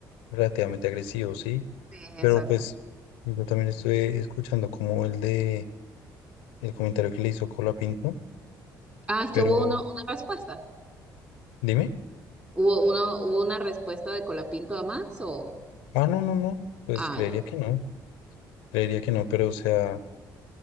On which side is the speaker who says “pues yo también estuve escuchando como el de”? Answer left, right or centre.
Left